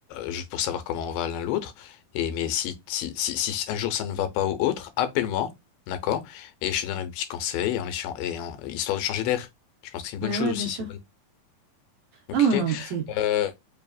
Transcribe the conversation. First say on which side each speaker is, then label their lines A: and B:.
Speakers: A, on the left; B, on the right.
A: juste pour savoir comment on va l'un l'autre. Et mais si, si, si, si un jour ça ne va pas ou autre, appelle-moi, d'accord? Et je te donnerai des petits conseils en échan- et en- histoire de changer d'air. Je pense que c'est une
B: Bah
A: bonne chose
B: ouais,
A: aussi,
B: bien sûr.
A: c'est une bonne. Ok.
B: Non, non, c'est
A: Euh,